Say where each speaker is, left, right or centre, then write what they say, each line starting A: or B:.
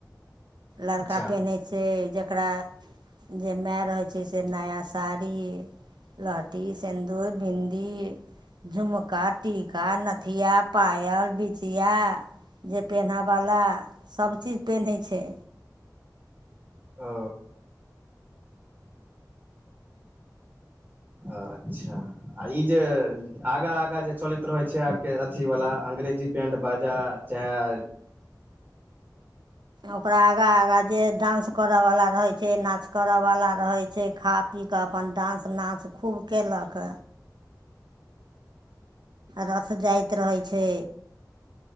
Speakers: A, on the right; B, on the right.
A: लड़का
B: अच्छा
A: पेनहै छै जकरा जे मे रहै छै से नया साड़ी लहठी सिन्दूर बिन्दी। झुमका टीका नथिया पायल बिछिया। जे पेन्ह वला सभचीज पेन्है छै।
B: ओ अच्छा आ ई जे आगा आगा जे चलैत रहै छै आरके अथीवला अङ्ंग्रेजी बैण्ड बाजा चाहे
A: ओकरा आगा आगा जे डान्स करय वाला रहै छै नाच करय वाला रहै छै खा पी कऽ अपन डान्स नाच खूब केलक रथ जायत रहै छै